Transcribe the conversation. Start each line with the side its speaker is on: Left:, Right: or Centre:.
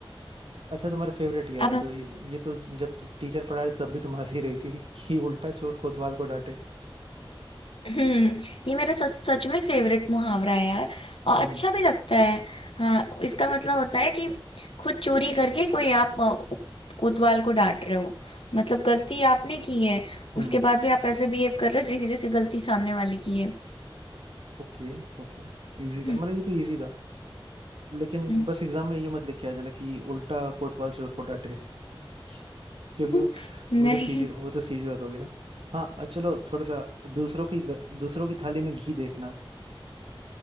Right: अच्छा तुम्हारे फेवरेट ये वाला
Left: अब
Right: तो
Left: हम-
Right: ये, ये तो जब टीचर पढ़ा रहे तब भी तुम हंसी रही थी कि उल्टा चोर कोतवाल को डांटे
Left: हम्म ये मेरा सच सच में फेवरेट मुहावरा है यार और
Right: हम्म
Left: अच्छा भी लगता है हाँ इसका मतलब होता है कि खुद चोरी करके कोई आप अ, कोतवाल को डांट रहे हो मतलब गलती आपने की है
Right: हम्म
Left: उसके बाद भी आप ऐसे बिहेव कर रहे हो जै- जैसे गलती सामने वाले की है
Right: Okay okay इजी था
Left: हम्म,
Right: मतलब ये तो इजी था लेकिन
Left: हम्म।
Right: बस एग्जाम में ये मत लिख के आ जाना कि उल्टा कोतवाल चोर को डांटे <laughs> क्योंकि वो
Left: <laughs> नहीं
Right: वो तो सीधी वो तो सीधी बात होगी ना हाँ अ, चलो थोड़ा सा दूसरों की ग- दूसरों की थाली में घी देखना